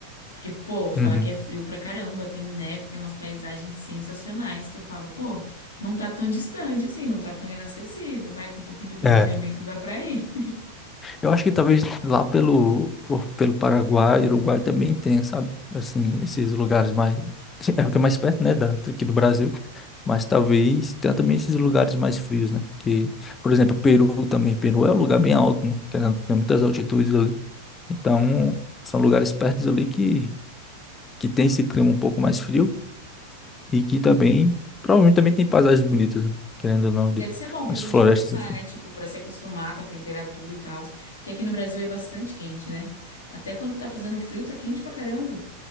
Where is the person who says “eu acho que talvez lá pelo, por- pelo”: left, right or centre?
Left